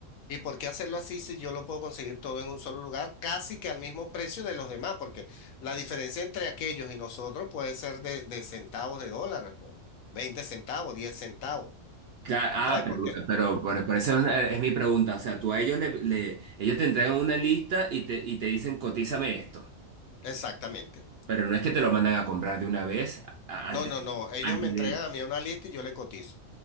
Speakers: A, on the left; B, on the right.
A: ¿Y por qué hacerlo así si yo lo puedo conseguir todo en un solo lugar, casi que al mismo precio de los demás? Porque la diferencia entre aquellos y nosotros puede ser de, de centavos de dólar, ¿no? 20 centavos, 10 centavos.
B: Claro, ah,
A: ¿Sabes Porque,
B: pero, pero, por
A: Ah.
B: por eso es, una- es mi pregunta. O sea, tú a ellos le, le- ellos te entregan una lista y te, y te dicen, cotízame esto.
A: Exactamente.
B: Pero no es que te lo mandan a comprar de una vez a-
A: No,
B: antes,
A: no, no. Ellos
B: antes
A: me entregan
B: de
A: a mí una lista y yo le cotizo.